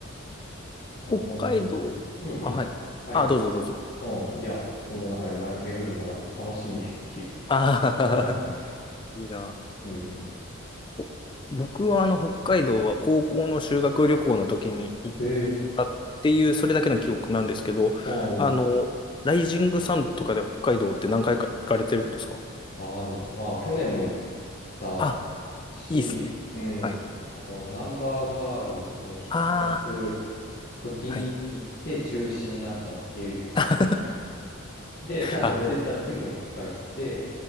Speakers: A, on the left; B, on the left.
A: まあ、
B: 北海道。
A: その中で、うんうん。
B: あ、はい。
A: はいはい。
B: あ、どうぞどうぞ。
A: うん、いや、その中で、ま、巡るのが楽しみですっていう。
B: ああ、
A: <laughs>
B: <laughs> いいな。
A: うん。
B: お僕はあの北海道は高校の修学旅行の時に行っ
A: ええ
B: たっていう、それだけの記憶なんですけど、
A: うん。
B: あの、ライジングサンとかで北海道って何回か行かれてるんですか
A: まあでも、まあ去年も行った
B: あ、
A: し、
B: いいですね。
A: うん。
B: はい。
A: あとあの、ナンバーガールの出演する
B: あ
A: 時に行って中止になったっていう旅が一回。
B: あ、はい。<laughs>
A: で、ちゃんと出れた時も一回行って、
B: あ、